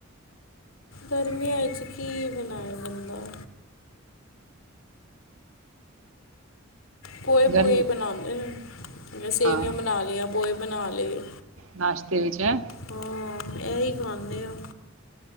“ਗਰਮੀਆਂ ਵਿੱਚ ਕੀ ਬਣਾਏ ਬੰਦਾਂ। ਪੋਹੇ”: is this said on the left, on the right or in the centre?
Left